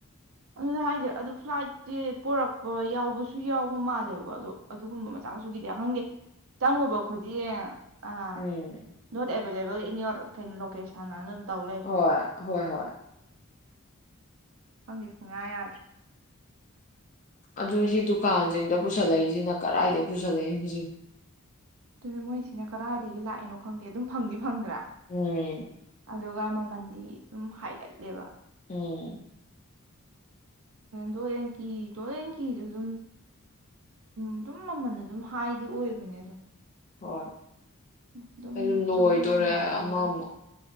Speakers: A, on the right; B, on the left.
A: ꯑꯗꯨꯅꯦ ꯍꯥꯏꯁꯦ ꯑꯗꯨ ꯐ꯭ꯂꯥꯏꯠꯇꯤ ꯄꯨꯔꯛꯄ ꯌꯥꯎꯕꯁꯨ ꯌꯥꯎꯕ ꯃꯥꯜꯂꯦꯕꯀꯣ ꯑꯗꯣ ꯑꯗꯨꯒꯨꯝꯕ ꯃꯆꯥ ꯃꯁꯨꯒꯤꯗꯤ ꯈꯪꯗꯦ ꯆꯪꯉꯨꯕ ꯈꯨꯗꯤꯡ ꯑ
B: ꯎꯝ
A: ꯅꯣꯠ ꯑꯦꯞ ꯑꯟꯕꯦꯂꯦꯕꯜ ꯏꯟ ꯏꯌꯣꯔ ꯀꯩꯅꯣ ꯂꯣꯀꯦꯁꯟꯅ ꯑꯗꯨꯝ ꯇꯧ ꯂꯩꯔꯦ
B: ꯍꯣꯏ ꯍꯣꯏꯍꯣꯏ
A: ꯈꯪꯗꯦ ꯁꯨꯛꯌꯥ ꯌꯥꯗ꯭ꯔꯦ
B: ꯑꯗꯨꯅ ꯁꯤ ꯗꯨꯀꯥꯟꯁꯤꯡꯗ ꯄꯨꯁꯜꯂꯛꯏꯁꯤꯅ ꯀꯔꯥꯏꯗꯒꯤ ꯄꯨꯁꯜꯂꯛꯏꯅꯣ ꯍꯧꯖꯤꯛ
A: ꯑꯗꯨꯅ ꯃꯣꯏꯁꯤꯅ ꯀꯗꯥꯏꯗꯒꯤ ꯂꯥꯛꯏꯅꯣ ꯈꯪꯗꯦ ꯑꯗꯨꯝ ꯐꯪꯗꯤ ꯐꯪꯗ꯭ꯔꯥ
B: ꯎꯝ
A: ꯑꯗꯨꯒ ꯃꯃꯟꯗꯤ ꯑꯗꯨꯝ ꯍꯥꯏꯒꯠꯂꯦꯕ
B: ꯎꯝ
A: ꯗꯣ ꯑꯦꯟꯀꯤ ꯗꯣꯠ ꯑꯦꯟ ꯀꯤꯁꯨ ꯑꯗꯨꯝ ꯑꯗꯨꯝ ꯃꯃꯜ ꯑꯗꯨꯝ ꯍꯥꯏꯗꯤ ꯑꯣꯏꯕꯅꯦ ꯑꯗꯣ
B: ꯍꯣꯏ
A: ꯑꯗꯨꯝ
B: ꯑꯩꯁꯨ ꯂꯣꯏꯗꯣꯔꯦ
A: ꯆꯍꯨꯝ ꯆꯥꯝꯃꯔꯤ
B: ꯑꯃꯃꯨꯛ